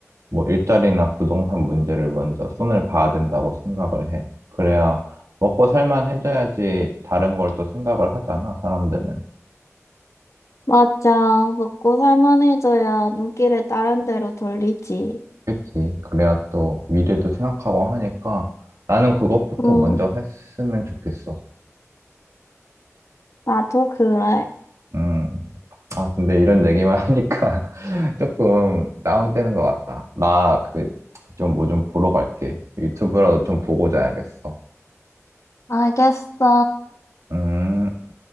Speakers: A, on the right; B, on the left.
A: 뭐 일자리나 부동산 문제를 먼저 손을 봐야 된다고 생각을 해. 그래야 먹고 살만 해줘야지 다른 걸 또 생각을 하잖아, 사람들은.
B: 맞아. 먹고 살만해져야 눈길을 다른 데로 돌리지.
A: 그치. 그래야 또 미래도 생각하고 하니까 나는 그것부터
B: 응,
A: 먼저 했으면 좋겠어.
B: 나도 그래.
A: 음. 아, 근데 이런 얘기만 하니까 <laughs> 조금 다운되는 것 같다. 나 그 좀 뭐 좀 보러 갈게. 유튜브라도 좀 보고 자야겠어.
B: 알겠어.
A: 음.